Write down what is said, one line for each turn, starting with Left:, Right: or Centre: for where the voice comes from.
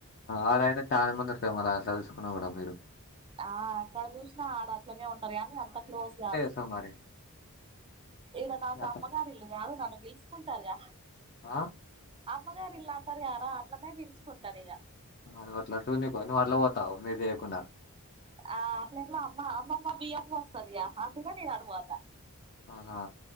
Left: ఆరు అయిన చాలా మంది ఉన్నారు గా మరి అట్లా చూసుకున్నా కూడా మీరు
Right: ఆ అక్కడ చూసినా ఆడ అట్లనే ఉంటారు కానీ అంత క్లోజ్ కాదు
Left: ఇంకా మరి
Right: ఇడ నాకు
Left: మీ అత్త
Right: అమ్మగారు ఇల్లు కాదు నన్ను పిలుసుకుంటారుగా
Left: ఆ
Right: అమ్మగారు ఇల్లా అంటారు గార అట్లనే పిలుసుకుంటారు ఇక
Left: అ అట్లా ఉండి మరి పని మాట్ల పోతావు మీరు చేయకుండా
Right: ఆ అట్లాటా అమ్మ అమ్మామ్మా బియ్యం పోస్తదిగా అందుకే నేను అటు పోతా
Left: ఆహా